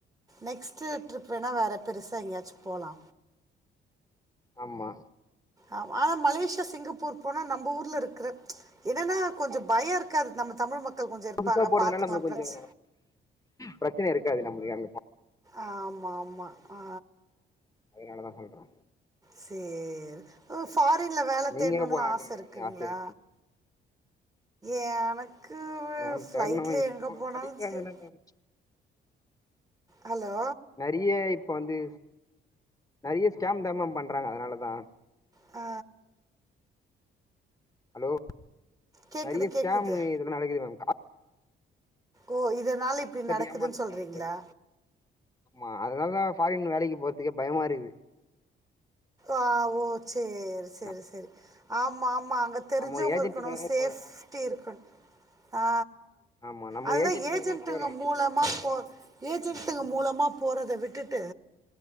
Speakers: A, on the right; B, on the left.
A: நெக்ஸ்ட்டு ட்ரிப் வேணா வேறே பெருசா எங்கேயாச் போலா
B: ஆமா
A: ஆமா ஆனா மலேசியா சிங்கப்பூர் போனா நம்ம ஊர்ல இருக்ற என்னனா கொஞ்சோ பயொ இருக்காது நம்ம தமிழ் மக்கள் கொஞ்சோ இருப்பாங்க
B: புதுசா போறதுனால
A: பாத்துக்லா
B: நம்மளுக்கு கொஞ்சோ
A: பிரச்
B: பிரச்சன இருக்காது நம்ளுக்கு அங்க போன
A: ஆமா ஆமா ஆ
B: அதனாலதா சொல்றோ
A: சேல் உ ஃபாரின்ல வேல
B: நீங்க
A: தேட்ணுன்லா
B: எங்க போலான்னு
A: ஆச இருக்குங்ளா
B: ஆசையா இருக்கீங்க
A: ஏனக் கு
B: மேம்
A: ஃப்ளைட்ல
B: தேட்னோ இப்போ
A: எங்க போனாலு
B: கெடைக்காதுல்ல
A: சேரி
B: மேம்
A: ஹலோ
B: நறியே இப்போ வந்து நறியே ஸ்கேம்தா மேம் பண்றாங்க அதனால தா
A: ஆ
B: ஹலோ
A: கேட்குது
B: நறிய ஸ்கேம்
A: கேட்குது
B: இதுல நடக்குது மேம்
A: ஓ இதனால இப்டி
B: கட்டி
A: நடக்குதுன்
B: ஏமாந்துக்கிறாங்க
A: சொல்றீங்ளா
B: ஆமா அதனால்தா ஃபாரின் வேலைக்கு போற்துக்கே பயமா இருக்குது
A: ஆ ஓ சேரி செரி
B: நம்
A: செரி ஆமா ஆமா அங்க தெரிஞ்சவங்க
B: நம்ம ஒரு ஏஜென்ட்
A: இருக்கணு
B: மூலமா
A: சேஃப்ட்டி
B: போறோ
A: இருக்ணு ஆ
B: ஆமா நம்ம
A: அதுதா
B: ஒரு ஏஜென்ட்
A: ஏஜென்ட்டுங்க
B: மூலமா போறோ
A: மூலமா போ ஏஜென்ட்டுங்க மூலமா போறத விட்டுட்டு